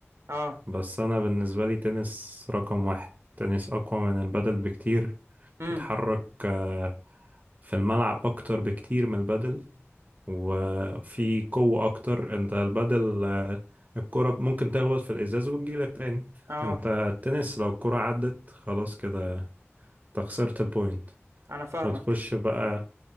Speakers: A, on the right; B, on the right.
A: اه
B: بس انا بالنسبة لي تنس رقم واحد تنس اقوى من البادل بكتير
A: امم
B: تتحرك آه، في الملعب اكتر بكتير من البادل وفي قوة أكتر أنت البدل آه، الكرة ممكن تخبط في الإزاز وتجيلك تاني
A: اه
B: أنت التنس لو الكرة عدت خلاص كده أنت خسرت البوينت
A: انا فاهمك
B: بتخش بقى